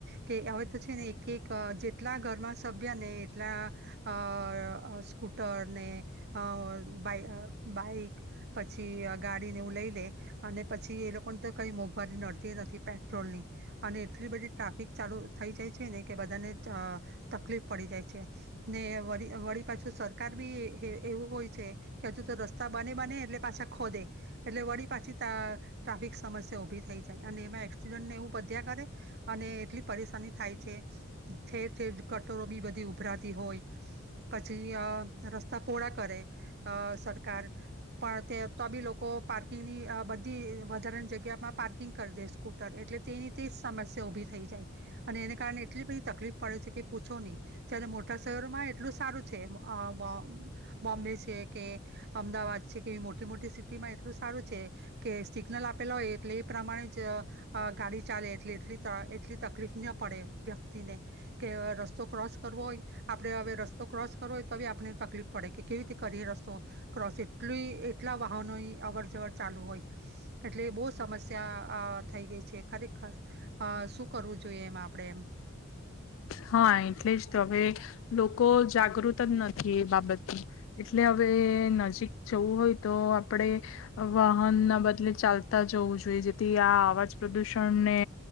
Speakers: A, on the right (about 50°); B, on the left (about 65°).
A: કે હવે તો છે ને એક એક જેટલા ઘરમાં સભ્ય ને એટલા આ અ સ્કૂટર આ ને અ બાઈ બાઈક. પછી અ ગાડી ને એવુ‌ લઈ લે. અને પછી એ લોકોને તો કઈ મોંઘવારી નડતી નથી પેટ્રોલ ની. અને એટલી બધી ટ્રાફિક ચાલુ થઇ જાય. ને કે બધાને અ તકલીફ પડી જાય છે. ને વળી વળી પાછું સરકાર બી એવું હોય છે કે હજુ જો રસ્તા બને બને એટલે પાછા ખોદે એટલે વળી પછી ત ટ્રાફિક સમસ્યા ઉભી થઈ જાય અને એમાં એક્સિડન્ટને એવું બધ્યા કરે અને એટલી પરેશાની થાય છે. ઠેર ઠેર કટરો બી બધી ઉભરાતી હોય પછી અ રસ્તા પોડા કરે સરકાર પણ તે તો બી લોકો પાર્ક બધી વધારાની જગ્યામાં પાર્કિંગ કરી દે સ્કૂટર એટલે તેની તે જ સમસ્યા ઉભી થઈ જાય અને એને કારણે એટલી બધી તકલીફ પડે છે કે પૂછો નહી ત્યારે મોટા સાયરોમાં એ એટલું સારું છે. અ બ. <inaudible> બોમ્બે છે કે અમદાવાદ છે કે એ મોટી મોટી સિટી મેટ્રો સીટીમાં. <unintelligible> હારુ છે કે સિગ્નલ આપેલા હોય એટલે એ પ્રમાણે જ અ ગાડી ચાલે એટલે એટલી એટલી તકલીફ ના પડે વ્યક્તિને કે રસ્તો ક્રોસ કરવો હોય આપણે હવે રસ્તો ક્રોસ કરવો હોય તો બી આપણે તકલીફ પડે કે કેવી રીતે કરીએ રસ્તો ક્રોસ એટલી એટલા વાહનો અવર જ્વર ચાલુ હોય એટલે બો સમસ્યા અ થઈ ગઈ છે ખરેખર. અ શું કરવું જોઈએ એમ આપડે એમ?
B: હા એટલે જ તો હવે લોકો જાગૃત જ નથી એ બાબતમાં એટલે હવે નજીક જવું હોય તો આપણેે વાહન ના બદલે ચાલતા જવું જોઈએ જેથી આ અવાજ પ્રદુષણને